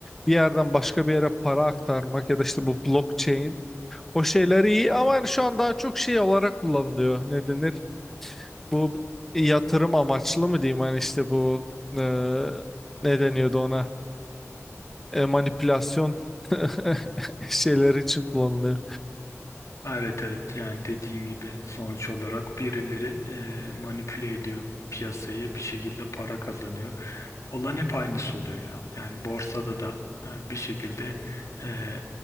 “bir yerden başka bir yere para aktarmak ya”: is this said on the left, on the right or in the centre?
Centre